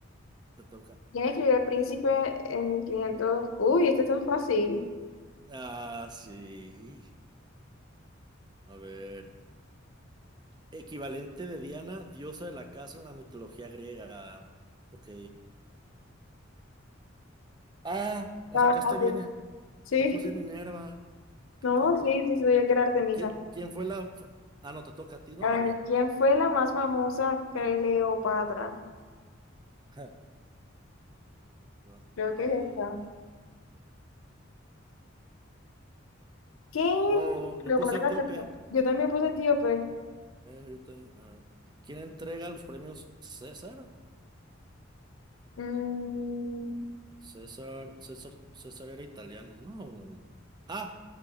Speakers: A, on the right; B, on the left.
A: Te toca.
B: ¿Quién escribió El Príncipe en 1500? Uy, este está fácil.
A: Ah, sí. A ver. Equivalente de Diana, diosa de la casa en la mitología griega. Ok. Ah,
B: Está
A: la sacaste
B: fácil.
A: bien. eh.
B: Sí,
A: Yo puse Minerva. Qué
B: no,
A: tonto.
B: sí, sí, sabía que era Artemisa.
A: ¿Quién, quién fue la... fa- Ah, no, te toca a ti, ¿no?
B: A
A: A mí.
B: ver, ¿quién fue la más famosa Cleopatra?
A: Ja. Otra,
B: Creo que es esta.
A: eh.
B: ¿Qué?
A: Oh, yo
B: Lo
A: puse
B: mandaste
A: Etíope.
B: por- Yo también puse etíope.
A: Eh, yo te- a ver. ¿Quién entrega los premios César?
B: Mm,
A: César, César, César era italiano, ¿no? Ah,